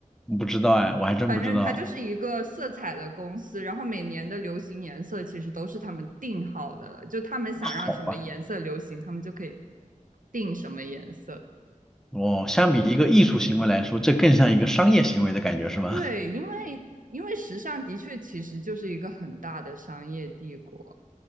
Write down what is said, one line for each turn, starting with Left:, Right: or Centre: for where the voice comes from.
Centre: 不知道哎，我还真不知道。
Right: 反正它就是一个色彩的公司，然后每年的流行颜色其实都是他们定好的了，就他们想让什么颜色流行，
Centre: 好。
Right: 他们就可以定什么颜色。
Centre: 哦，相比一个艺术行为来说，这更像一个商业行为的感觉是吗？
Right: 对，
Centre: <laughs>
Right: 因为因为时尚的确其实就是一个很大的商业帝国。